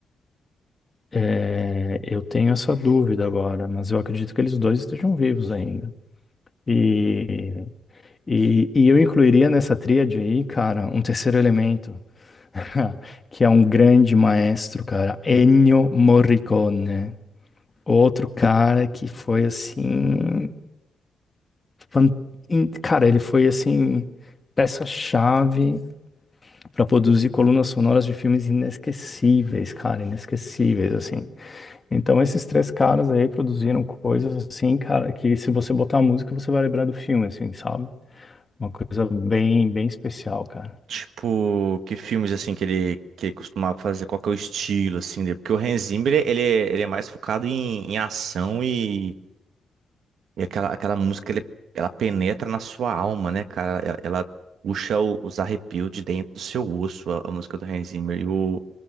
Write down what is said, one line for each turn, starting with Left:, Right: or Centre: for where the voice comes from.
Left: É, eu tenho essa dúvida agora, mas eu acredito que eles dois estejam vivos ainda. E, e, e eu incluiria nessa tríade aí, cara, um terceiro elemento, <laughs> que é um grande maestro, cara, Ennio Morricone. Outro cara que foi assim, fan- in- cara, ele foi assim peça-chave para produzir colunas sonoras de filmes inesquecíveis, cara, inesquecíveis assim. Então esses três caras aí produziram coisas assim, cara, que se você botar a música você vai lembrar do filme, assim, sabe? Uma coisa bem, bem especial, cara.
Right: Tipo, que filmes assim que ele, que ele costumava fazer? Qual que é o estilo assim dele? Porque o Hans Zimmer, ele, é- ele é mais focado em, em ação e, e aquela, aquela música, ele, ela penetra na sua alma, né, cara? Ela, ela puxa o- os arrepios de dentro do seu osso, a, a música do Hans Zimmer. e o